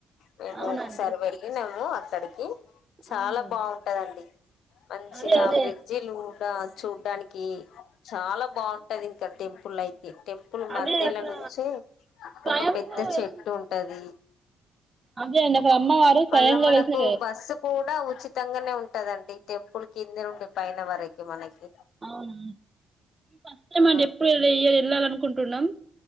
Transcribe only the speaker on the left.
మేము
ఒకసారి వెళ్ళి మీము అక్కడికి చాలా
బావుంటదండి మంచిగా
బ్రిడ్జిలు దా చూడ్డానికి చాలా బావుంటంది ఇంకా టెంపుల్ అయితే టెంప్ ప్పుల్
మధ్యల
నుంచే
ఒక పెద్ద
చెట్టుంటది
మళ్ళా మనకు
బస్సు కూడా ఉచితంగానే ఉంట్టదండి టెంపు ప్పుడు కింది నుండి పైన వరకి మనకి
ఆ